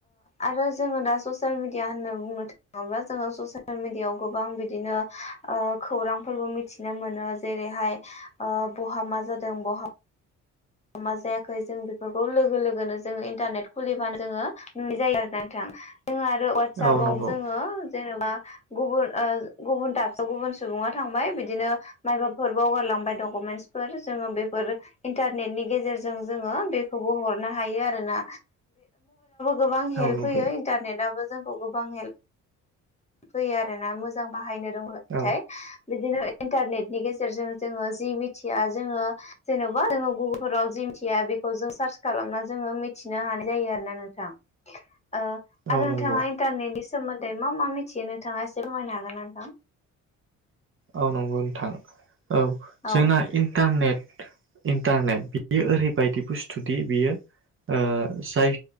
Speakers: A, on the left (about 20°); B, on the right (about 45°).
A: आरो ओ जोंङो दा ससियेल मिडिया होननानै बुंनो थाङोब्ला जोंङो ससियेल मिडियाव गोबां बिदिनो ओ खौरां फोरबो मिथिनो मोनो जेरैहाय ओ बहा मा जादों बहा मा जायाखै जों बेफोरखौ लोगो लोगोनो जोंङो इन्टारनेट खुलिबानो जोंङो नुनाय जायो आरो नोंथां जोंङो आरो वाट्सपाव
B: औ नंगौ
A: जोंङो जेनेबा गुबुन ओ गुबुन दाबसेयाव गुबुन सुबुङा थांबाय बिदिनो माइबाफोर बावगारलांबाय डकुमेन्टसफोर जोंङो बे फोर इन्टारनेट नि गेजेरजों जोंङो बेखौबो हरनो हायो आरोना गोबां
B: औ
A: हेल्प
B: नंगौ
A: होयो इन्टारनेटआबो जोंखौ गोबां हेल्प फैयो आरोना मोजां बाहायनो रोंबाथाय
B: औ
A: बिदिनो इन्टारनेटनि गेजेरजों जोंङो जि मिथिया जोंङो जेनबा जोंङो गुगुलफोराव जि मिथिया बे जों सार्च खालामना जोंङो मिथिनो हानाय जायो आरोना नोंथां ओ
B: औ
A: आरो नोंथाङा
B: नंगौ
A: इन्टारनेटनि सोमोन्दै मा मा मि मिथियो नोंथाङा एसे फोरमायनो हागोन नोंथां
B: औ नंगौ नोंथां औ
A: औ
B: जोंना इन्टारनेट इन्टारनेट बियो ओरैबायदि बुस्थुदि बियो ओ जाय